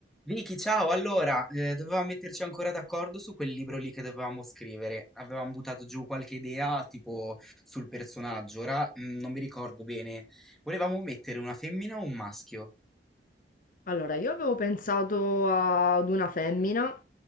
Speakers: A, in the centre; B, on the left (about 50°).
A: Vicky, ciao! Allora, eh, dovevamo metterci ancora d'accordo su quel libro lì che dovevamo scrivere. Avevamo buttato giù qualche idea, tipo sul personaggio. Ora, mm, non mi ricordo bene. Volevamo mettere una femmina o un maschio.
B: Allora, io avevo pensato ad una femmina,